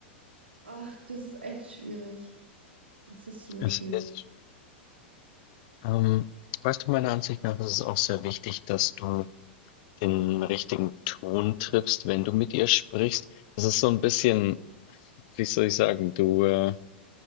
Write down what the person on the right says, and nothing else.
Ach, das ist echt schwierig. Das ist so
schwierig.